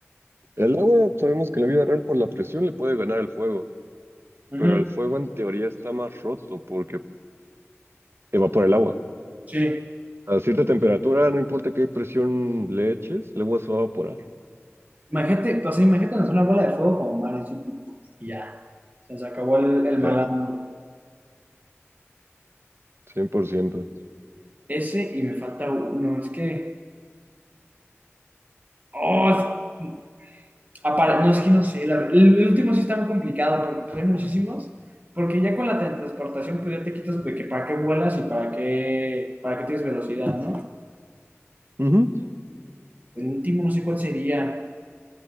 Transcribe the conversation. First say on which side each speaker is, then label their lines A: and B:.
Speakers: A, on the right; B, on the right.
A: El agua, sabemos que en la vida real por la presión le puede ganar el fuego,
B: Ujú,
A: pero el fuego en teoría está más roto porque evapora el agua.
B: Sí.
A: A cierta temperatura, no importa qué presión le eches, el agua se va a evaporar.
B: Imagínate, pues, imagínate lanzar una bola de fuego como mares y, pum, pum, y ya. O sea, se acabó el, el malandro.
A: Sí, 100%.
B: Ese y me falta uno. Es que. Oh, es- apare- no, es que no sé. la- el, el último sí está muy complicado porque pues, hay muchísimos. Porque ya con la teletransportación, pues ya te quitas de que para qué vuelas y para qué, para qué tienes velocidad, ¿no?
A: Ujú.
B: El último, no sé cuál sería.